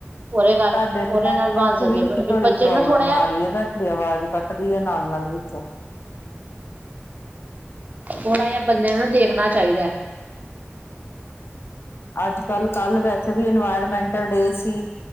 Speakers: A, on the right; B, on the left.
A: ਉਹਦੇ ਕਰ
B: ਸਾਡੇ
A: ਉਹਦੇ
B: ਨੈਟਵਰਕ
A: ਨਾਲ ਬਣ ਸਕਦੇ
B: ਚ ਵੀ
A: ਬਲਕਿ
B: ਥੋੜੀ
A: ਬੱਚੇ
B: ਪ੍ਰੋਬਲਮ
A: ਨੂੰ ਨਾ ਥੋੜਾ ਜਿਹਾ
B: ਆ ਰਹੀ ਹੈ, ਤੁਹਾਡੀ ਆਵਾਜ਼ ਕੱਟ ਵਧੀਆ ਨਾਲ- ਨਾਲ ਵਿੱਚ
A: ਥੋੜ੍ਹਾ ਜਿਹਾ ਬੰਦੇ ਨੂੰ ਨਾ ਦੇਖਣਾ ਚਾਹੀਦਾ।
B: ਅੱਜ-ਕੱਲ ਕੱਲ ਵੈਸੇ ਵੀ ਇਨਵਾਇਰਮੈਂਟਲ ਡੇ ਸੀ,